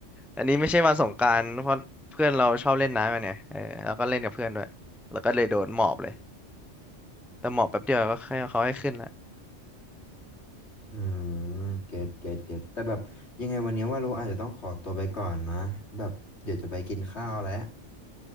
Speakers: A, in the centre; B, on the left (about 65°).
A: อันนี้ไม่ใช่วันสงกรานต์เพราะเพื่อนเราชอบเล่นน้ำกันเนี่ยเออแล้วก็เล่นกับเพื่อนด้วยแล้วก็เลยโดนหมอบเลยแต่หมอบแป๊บเดียวก็ให้เขาให้ขึ้นละ
B: อืมเก็ตเกตเกตแต่แบบยังไงวันนี้ว่าเราอาจจะต้องขอตัวไปก่อนนะแบบเดี๋ยวจะไปกินข้าวแล้ว